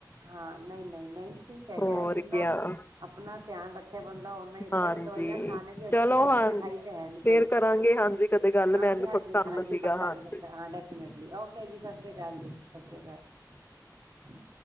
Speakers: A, on the right (about 65°); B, on the left (about 30°).
A: ਹਾਂ, ਨਹੀਂ-ਨਹੀਂ-ਨਹੀਂ ਠੀਕ ਕ ਹੈਗਾ
B: ਹੋਰ
A: ਹੈ। ਜਿੰਨਾ
B: ਕਿਆ
A: ਆਪਣਾ ਧਿਆਨ ਰੱਖਿਆ ਬੰਦਾ ਓਨਾ ਹੀ ਅੱਛਾ
B: ਹਾਂਜੀ,
A: ਹੈ ਜੇ ਦਵਾਈਆਂ ਖਾਣੇ ਕੋਈ ਅੱਛੀ
B: ਚਲੋ
A: ਏ
B: ਹਾਂ
A: ਮਿਠਾਈ ਤੇ ਹੈ ਨੀ ਕੋਈ।
B: ਫੇਰ ਕਰਾਂਗੇ ਹਾਂਜੀ ਕਦੇ ਗੱਲ
A: ਹਾਂਜੀ-ਹਾਂਜੀ-ਹਾਂਜੀ।
B: ਮੈਨੂੰ ਥੋੜਾ ਕੰਮ ਸੀਗਾ
A: ਪੱਕਾ
B: ਹਾਂਜੀ
A: ਜੀ-ਪੱਕਾ। ਹਾਂ ਡੈਫੇਨਟਲੀ। ਓਕੇ ਜੀ। ਸਤਿ ਸ਼੍ਰੀ ਅਕਾਲ ਜੀ, ਸਤ ਸ਼੍ਰੀ ਅਕਾਲ।